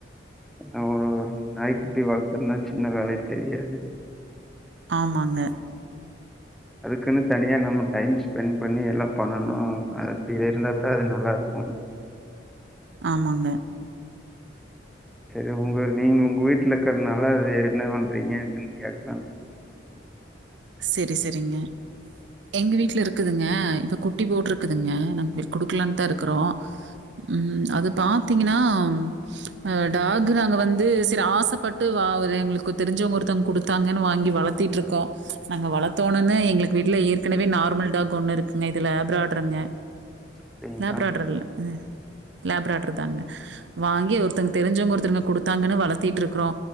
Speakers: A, in the centre; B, on the right.
A: நம்ம ஒரு நாய்க்குட்டி வளர்த்தற்னா சின்ன வேலையா தெரியாது
B: ஆமாங்க
A: அதுக்குனு தனியா நம்ம டைம் ஸ்பெண்ட் பண்ணி எல்லா பண்ணணு அ அப்டி இருந்தாதா அது நல்லா இருக்கோ
B: ஆமாங்க
A: செரி உங்க நீங்க உங்க வீட்ல இருக்கறனால எ என்ன பண்றீங்கண்ட்டு கேக்கலானு
B: செரி செரிங்க எங்க வீட்ல இருக்குதுங்க இப்ப குட்டி போட்டுருக்குதுங்க நாங்க குடுக்குலாதா இருக்குறோ ம் அது பாத்தீங்கனாம் அ டாக்கு நாங்க வந்து செரி ஆசப்பட்டு வாவ் அ தெங்குளுக்கு தெரிஞ்சவங்க ஒருத்தவுங் குடுத்தாங்கன்னு வாங்கி வளத்திட்டுருக்கோ ச்ச நாங்க வளதோணுன்னு எங்குளுக்கு விட்ல ஏற்கனவே நார்மல் டாக் ஒன்னு இருக்குங்க இது லேப்ரடார்ங்க
A: அப்படிங்களா?
B: லேப்ரடார் இல்ல லேப்ரடார் தாங்க வாங்கி ஒருத்தங் தெரிஞ்சவங்க ஒருத்தருங்க குடு த்தாங்கனு வளத்திட்க்குறோ